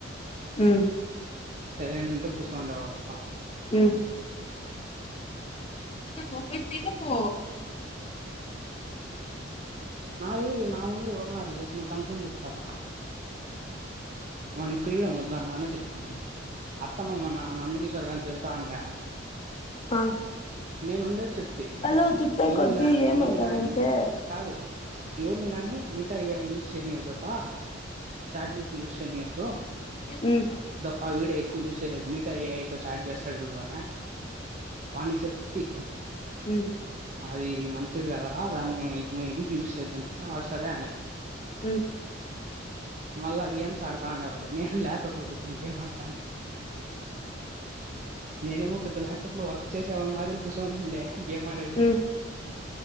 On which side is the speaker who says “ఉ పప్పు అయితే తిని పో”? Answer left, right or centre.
Left